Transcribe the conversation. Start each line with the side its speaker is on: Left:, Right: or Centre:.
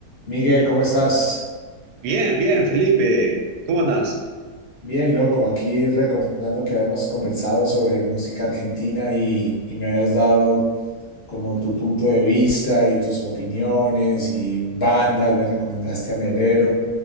Left: Miguel, ¿cómo estás?
Right: Bien, bien, Felipe, ¿cómo andás?
Left: Bien, loco. Aquí recordando que habíamos conversado sobre música argentina y, y me habías dado como tu punto de vista y tus opiniones y bandas, me recomendaste a Melero.